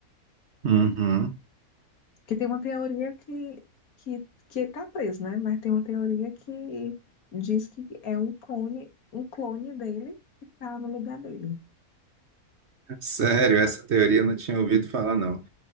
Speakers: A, on the right (about 55°); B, on the left (about 70°).
A: Uhum.
B: Porque tem uma teoria que, que, que ele tá preso, né? Mas tem uma teoria que diz que é um clone, um clone dele que tá no lugar dele.
A: Sério, essa teoria eu não tinha ouvido falar, não.